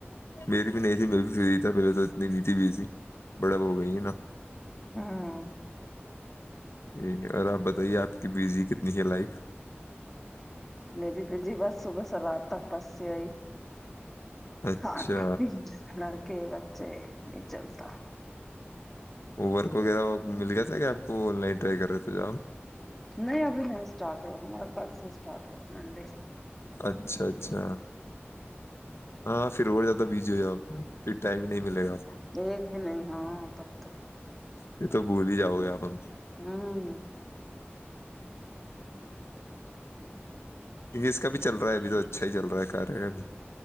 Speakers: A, on the left; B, in the centre.
A: میری بھی نہیں تھی میں بھی فری تھا پہلے تو اتنی نہیں تھی بزی بڑب ہو گئی ہے نا
B: ہاں
A: جی اور آپ بتائیے آپ کی بزی کتنی ہے لائف
B: میری بھی جی بس صبح س رات تک بس سے آئی
A: اچھا
B: کھان پ لڑکے بچے یہ چلتا
A: اوبر کو وغیرہ مل گیا تھا کیا آپ کو آن لائن ٹرائی کر رہے تھ ج ہم
B: نہیں ابھی نہیں اسٹارٹ ہوا ہمارا کل سے اسٹارٹ ہوا منڈے سے
A: اچھا اچھا ہاں پھر اور زیادہ بزی ہو جاؤ گ پھر ٹائم ہی نہیں ملے گا آپ کو
B: ہ ایک بھی نہیں ہاں تب توک <unintelligible>
A: یہ تو بھول ہی جؤ گے آ ہم سے
B: ہاں
A: جی اس کا بھی چل رہا ہے اب تو اچھا ہی چل رہا ہے کار ہے کا بھی